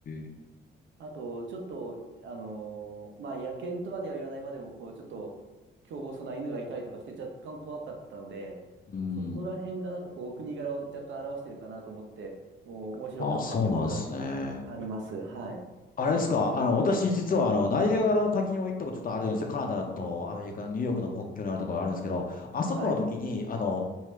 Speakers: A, on the left; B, on the right.
A: え。
B: あと、ちょっと、あのーまあ、野犬とまでは言わないまでも、こう、ちょっと、凶暴そうな犬がいたりとかして、若干怖かったので、
A: うん。
B: そこら辺が、なんかこう、お国柄を若干表してるかなと思って、もう、面白かった記憶があり、
A: ああ、そうなんですね。
B: ああります。はい。
A: あれですか、あの、私実はあの、ナイアガラの滝にも行ったことちょっとあるんですよ。カナダとアメリカ、ニューヨークの国境にあるところがあるんですけど、あそこの時に、
B: はい。
A: あの、